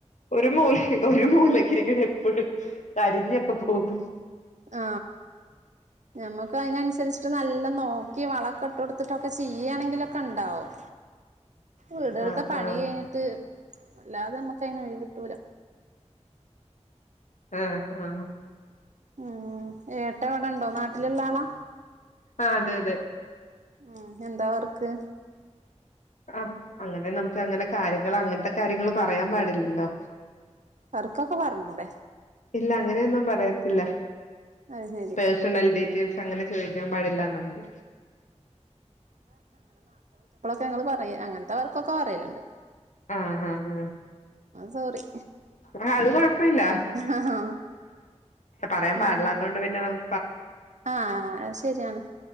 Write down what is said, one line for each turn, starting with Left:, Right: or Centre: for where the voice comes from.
Left: ഒരു മൂല ഒരു മൂലക്ക് ഇരിക്കുന്ന ഇപ്പോഴും കരിഞ്ഞൊക്കെ പോകും
Right: ആ നമ്മക്കയെതിനൻസരിച്ചിട്ട് നല്ല നോക്കി വളക്കട്ട്ടുത്തിട്ടൊക്കെ ചെയ്യാണെങ്കിലൊക്കെണ്ടാവും വീടടുത്തെ
Left: ആഹ്
Right: പണി
Left: ആഹ്
Right: കഴിഞ്ഞിട്ട് അല്ലാതെ നമ്മക്കയിന് ഒഴിവിട്ടൂല
Left: ആ ആ
Right: ഉം ഏട്ടവിടെണ്ടോ നാട്ടിലിള്ളാളാ
Left: ആ അതെ അതെ
Right: ഉം എന്താ വർക്ക്
Left: ആഹ് അങ്ങനെ നമുക്ക് അങ്ങനെ കാര്യങ്ങൾ അങ്ങൻത്തെ കാര്യങ്ങൾ പറയാൻ പാടില്ലല്ലോ
Right: വർക്കൊക്കെ പർഞ്ഞൂടെ
Left: ഇല്ല അങ്ങനെയൊന്നും പറയത്തില്ല
Right: അത് ശരി
Left: പേഴസണൽ ഡീറ്റെയ്ൽസ് അങ്ങനെ ചോദിക്കാൻ പാടില്ലാന്നുണ്ട്
Right: ഞങ്ങള്ൾ പറയു അങ്ങൻത്തവർക്കൊക്കെ പറയലിണ്ട്
Left: ആഹ് ആഹ് ആഹ്
Right: സോറി
Left: ആ അത് കൊഴപ്പില്ല
Right: ആഹ്
Left: പറയാൻ
Right: ഉം
Left: പാടില്ലത്തോണ്ട് പിന്നെ നമ്
Right: ആഹ് ശരിയാണ്